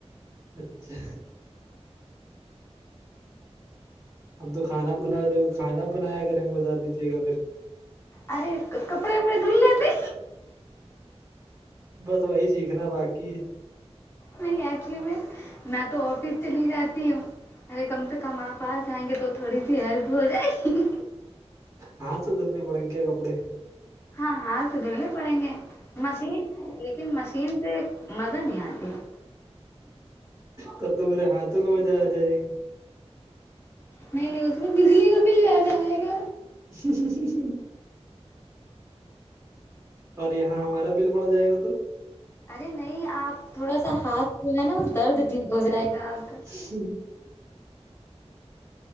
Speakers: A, on the right; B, on the left.
A: اچھا ہم تو کھانا بنا کھانا بنایا کریں گے بتا دیجیے گا پھر
B: ارے کپڑے وپڑے دھو لتے
A: بس وہی سیکھنا باقی
B: نہیں ایکلیمٹ میں تو آفس چلی جاتی ہوں ارے کم سے کم آپ آ جائیں گے تو تھوڑی سی ہیلپ ہو جائے گی
A: ہاں سو دننے پڑ کیا کپڑے
B: ہاں ہات تو دھلنے پڑیں گے مشین ہے لیکن مشین سے مزہ نہیں آتی ہے
A: تب تو میرے ہاتھوں کو مزہ آ جائے گے
B: نہیں نہیں اس میں بجلی کا بل زیادہ آئے گا
A: شیشی شیشی اور یہاں ہمارا بل پڑا جائے گا تو
B: ارے نہیں آپ تھوڑا سا ہاتھ جو ہے نا وہ درد ٹھیک ہو جائے گا اب
A: اس